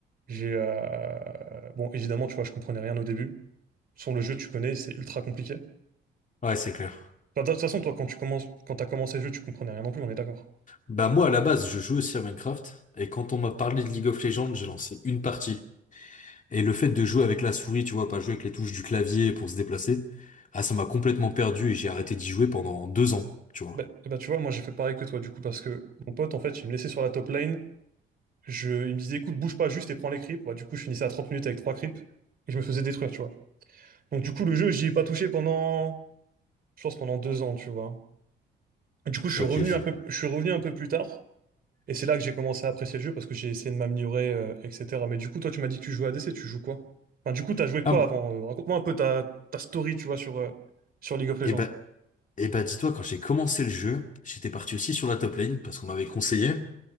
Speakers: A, on the right (about 50°); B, on the left (about 40°).
A: J'ai, euh, bon, évidemment, tu vois, je comprenais rien au début. Sans le jeu, tu connais, c'est ultra compliqué.
B: Ouais, c'est clair.
A: Enfin, de toute façon, toi, quand tu commences, quand t'as commencé le jeu, tu comprenais rien non plus, on est d'accord.
B: Bah moi à la base, je joue aussi à Minecraft, et quand on m'a parlé de League of Legends, j'ai lancé une partie. Et le fait de jouer avec la souris, tu vois, pas jouer avec les touches du clavier pour se déplacer, ah ça m'a complètement perdu et j'ai arrêté d'y jouer pendant deux ans, tu vois.
A: Bah, eh ben, tu vois, moi, j'ai fait pareil que toi, du coup, parce que mon pote, en fait, il me laissait sur la top lane. Je, il me disait, écoute, bouge pas juste et prends les creeps. Bah, du coup, je finissais à 30 minutes avec trois creeps et je me faisais détruire, tu vois. Donc du coup, le jeu, j'y ai pas touché pendant, je pense pendant deux ans, tu vois. Et du coup, je suis
B: Ok,
A: revenu
B: je
A: un
B: vois.
A: peu, je suis revenu un peu plus tard, et c'est là que j'ai commencé à apprécier le jeu parce que j'ai essayé de m'améliorer, euh, etc. Mais du coup, toi, tu m'as dit que tu jouais à DC, tu joues quoi? Enfin, du coup, t'as joué quoi
B: Ah, bon.
A: avant? euh, raconte-moi un peu ta, ta story, tu vois, sur, euh, sur League of Legends.
B: et bah, et bah dis-toi, quand j'ai commencé le jeu, j'étais parti aussi sur la top lane parce qu'on m'avait conseillé.